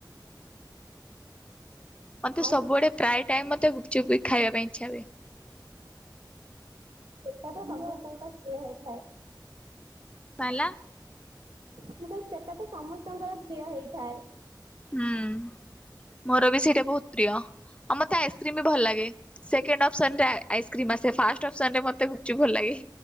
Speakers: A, on the left; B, on the right.
A: ମତେ
B: ଆଉ
A: ସବୁବେଳେ ପ୍ରାୟ ଟାଇମ ମତେ ଗୁପଚୁପ ଖାଇବା ପାଇଁ ଇଚ୍ଛା ହୁଏ।
B: ସେଟା ସମସ୍ତଙ୍କ ପ୍ରିୟ ହେଇଥାଏ।
A: କଣ ହେଲା?
B: ମୁଁ କହିଲି ସେଟା ତ ସମସ୍ତଙ୍କର ପ୍ରିୟ ହେଇଥାଏ।
A: ହୁଁ ମୋର ବି ସେଇଟା ବହୁତ ପ୍ରିୟ ଆଉ ମତେ ଆଇସ୍କ୍ରିମ ବି ଭଲ ଲାଗେ। ସେକେଣ୍ଡ ଅପ୍ସନ ରେ ଆଇସ୍କ୍ରିମ୍ ଆସେ ଫାଷ୍ଟ ଅପସନରେ ମୋତେ ଗୁପଚୁପ ଭଲ ଲାଗେ